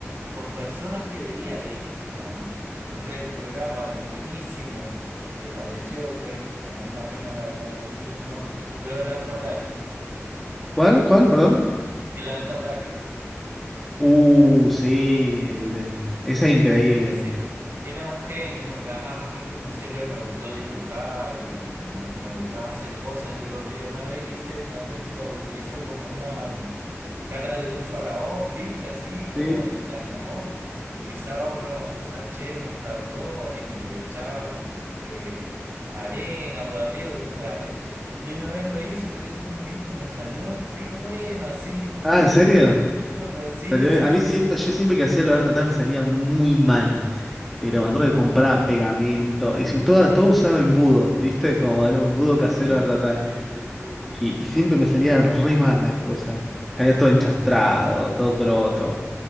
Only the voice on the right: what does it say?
con personas que veía. ve- Este era un, un re programa buenísimo. Que falleció el de. Una pena la, la historia del chabón. Pero el Art Attack.
El Art Attack.
Ese era un genio, porque además a mí como siempre me gustó dibujar y me, me gustaba hacer cosas, yo lo veía una vez, hice una réplica porque hizo como una cara de un faraón, ¿viste? Así como
de Tutankamón, y usaba unos sachets, unos cartones y le echaba eh, arena por arriba con un pegamento. Y una vez lo hice, lo hice con mi hijo y me salió re bueno, así,
re... bueno, Sí,
sí,
sí,
sí. sí.
<laughs>
Sí, no puedo.